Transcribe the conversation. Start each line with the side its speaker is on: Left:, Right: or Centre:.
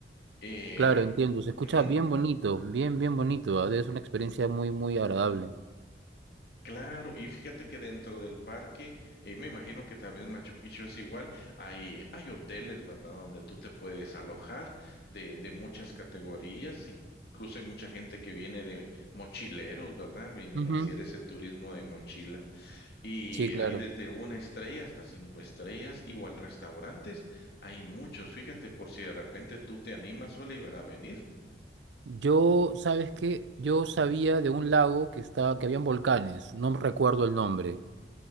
Left: Eh,
Right: Claro, entiendo. Se escucha
Left: ujú.
Right: bien bonito, bien, bien bonito. ah, Es una experiencia muy, muy agradable.
Left: Claro, y fíjate que dentro del parque, eh, me imagino que también Machu Picchu es igual, hay, hay hoteles, ¿verdad? Donde tú te puedes alojar de, de muchas categorías y incluso hay mucha gente que viene de mochileros, ¿verdad? Vienen
Right: Ujú.
Left: a hacer ese turismo de mochila y
Right: Sí, claro.
Left: hay desde una estrella hasta cinco estrellas, igual restaurantes, hay muchos, fíjate, por si de repente tú te animas, Oliver, a venir.
Right: Yo, ¿sabes qué? Yo sabía de un lago que estaba, que habían volcanes. No recuerdo el nombre.